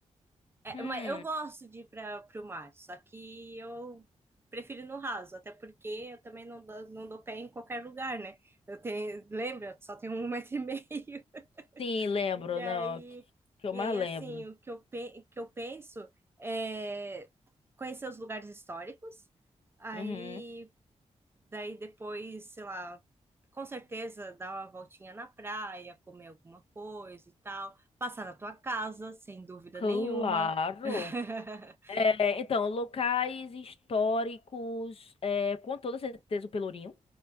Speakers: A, on the right; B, on the left.
A: É,
B: Hum,
A: mas eu gosto de ir para o mar, só que eu prefiro no raso, até porque eu também não dou, não dou pé em qualquer lugar, né? Eu tenho, lembra, só tenho um <laughs> metro e meio.
B: sim, lembro,
A: E aí,
B: não. Que que eu
A: e
B: mais
A: aí assim,
B: lembro.
A: o que eu, pe- que eu penso é conhecer os lugares históricos, aí
B: Uhum.
A: daí depois, sei lá, com certeza dar uma voltinha na praia, comer alguma coisa e tal, passar na tua casa, sem dúvida
B: Claro.
A: nenhuma. <laughs>
B: É, então, locais históricos, é, com toda certeza o Pelourinho.